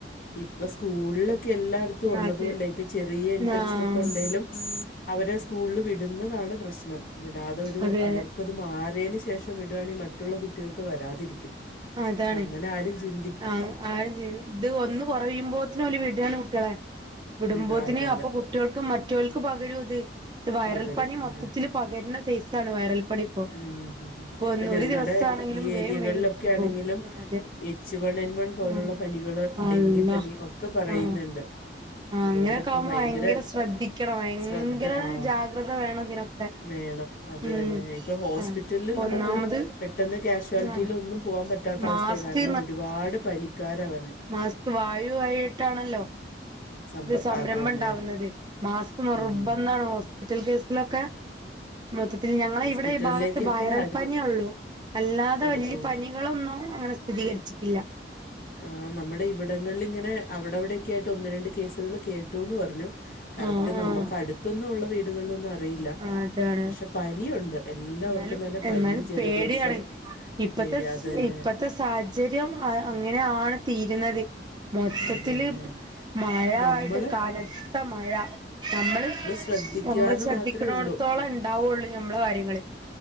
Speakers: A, on the left; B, on the right.
A: ഇപ്പൊ സ്കൂൾലൊക്കെ എല്ലാട്ത്തും ഉള്ളതോണ്ടേ
B: അതെ
A: പ്പ ചെറിയ ഇൻഫെക്ഷനൊക്കെ
B: ആഹ്
A: ണ്ടേലും അവരെ സ്കൂൾല് വിടുന്നതാണ് പ്രശ്നം വിടാതെ ഒരു
B: അതെ
A: അവർക്കത്
B: അതെ
A: മാറ്യേന് ശേഷം വിടാണി മറ്റുള്ള കുട്ടികൾക്ക് വരാതിരിക്കും
B: അതാണ്
A: ക്ഷെ അങ്ങനാരും ചിൻ
B: ആഹ് ആരും ചിന്തി ത് ഒന്ന് കൊറയുമ്പോത്തിനോല് വ്ടാണ് കുട്ട്യാളെ വിടുമ്പോത്തിന്
A: വിടും അതെ അതെ
B: അപ്പൊ കുട്ട്യാൾക്ക് മറ്റോൽക്ക് പകരു ത് വയറൽപ്പനി
A: പകരും
B: മൊത്തത്തിൽ
A: അതെ
B: പകര്ണ സൈസാണ് വൈറൽ പനി ഇപ്പോ
A: ഉം
B: ഇപ്പൊ ഒന്ന്
A: പ്പ ഞങ്ങടെ
B: ഒരു ദിവസാണെങ്കിലും
A: ഈ ഏരിയകൾലൊ
B: വേം വേം ക്കും
A: ക്കെ ആണെങ്കിലും
B: പോവും അതെ
A: എച്ച് വൺ എൻ വൺ പോലുള്ള
B: ആഹ്
A: പനികള്,
B: അള്ളാ
A: ഡെങ്കിപ്പനി ഒക്കെ പറയ്ന്നു
B: ആഹ്
A: ണ്ട്
B: ആഹ്
A: അതോണ്ട്
B: അങ്ങനെയൊക്കെ
A: പ്പം
B: ആവുമ്പോ
A: ഭയങ്കര
B: ശ്രദ്ധിക്കണം
A: <inaudible>
B: ഭയങ്കര
A: സ്രദ്ധ <inaudible> ആഹ്
B: ജാഗ്രത വേണം ഇതിനൊക്കെ
A: വേണം അത്
B: ഉം
A: തന്നെ ഇപ്പൊ ഹോസ്പിറ്റൽലും
B: ആഹ് ഒന്നാമത്
A: നമുക്ക് പെട്ടെന്ന് കാഷ്വാലിറ്റിയിലൊന്നും
B: ആഹ്
A: പോവാൻ പറ്റാത്തവസ്ഥേ
B: മാസ്ക്
A: കാരണം ഒരുപാട് പനി ക്കാര വർണേ
B: മാസ്ക്ക് വായുവായിട്ടാണല്ലോ
A: സമ്പർ
B: ത് സംരംഭം
A: അത് തന്നെ
B: ണ്ടാവുന്നത് മാസ്ക് നിർബന്താണ്
A: ഉം
B: ഹോസ്പിറ്റൽ കേസ് ലൊക്കെ മൊത്തത്തില് ഞങ്ങളെ
A: ഹോസ്പിറ്റലിലേക്കൊക്കെ
B: ഇവിടെ ഈ ഭാഗത്ത് വയറൽ
A: അട്
B: പന്യോള്ളൂ അല്ലാതെ
A: ഓ
B: വല്ല്യ
A: ഓ
B: പനി കളൊന്നും അങ്ങനെ സ്ഥിതീകരിച്ചിട്ടില്ല
A: ആഹ് നമ്മുടെ ഇവിടങ്ങൾൽ ങ്ങനെ അവ് അവിടൊക്കായിട്ട് ഒന്ന് രണ്ട് കേസുകൾ കേട്ടുന്ന് പർഞ്ഞു കറക്റ്റ്
B: ആഹ്
A: നമുക്ക
B: ആഹ്
A: തൊന്നു ഉള്ള വീടുകൾലൊന്നു റിയില്ല
B: ആ അതാണ്
A: പക്ഷെ പനിയുണ്ട് എല്ലാവർക്കും
B: എന്നാലും
A: നല്ല പനി
B: എന്നാലും
A: ജലദോഷം
B: പേടിയാണ് ഇപ്പത്തെ
A: പേടി
B: സ്
A: അത് തന്നെ
B: ഇപ്പത്തെ സാഹചര്യം അ അങ്ങനെയാണ് തീരുന്നത് മൊത്തത്തില്
A: അത് തന്നെ
B: മഴായിട്ട്
A: നമ്മൾ
B: കനത്ത മഴ നമ്മൾ
A: ശ്രദ്ധിക്കുക
B: നമ്മൾ
A: എന്ന്
B: ശ്രദ്ധി
A: മാത്രമേ
B: ക്കണോട്ത്തോളം
A: ഉള്ളൂ
B: ണ്ടാവൊള്ളൂ ഞമ്മളെ കാര്യങ്ങള്